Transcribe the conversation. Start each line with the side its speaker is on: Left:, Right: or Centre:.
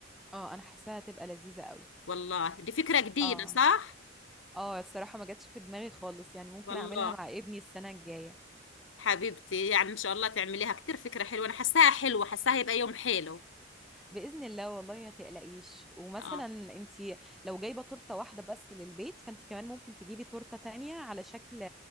Centre: اه انا حاساها هتبقى لذيذة قوي
Left: والله دي فكرة جديدة
Centre: اه
Left: صح؟
Centre: اه الصراحة ما جاتش في دماغي خالص يعني ممكن
Left: والله
Centre: اعملها مع ابني السنة الجاية
Left: حبيبتي يعني إن شاء الله تعمليها كتير فكرة حلوة أنا حاساها حلوة حاساها هيبقى يوم حلو
Centre: بإذن الله والله ما تقلقيش ومثلا
Left: اه
Centre: انتي لو جايبة تورتة واحدة بس للبيت فانتي كمان ممكن تجيبي تورتة تانية على شكل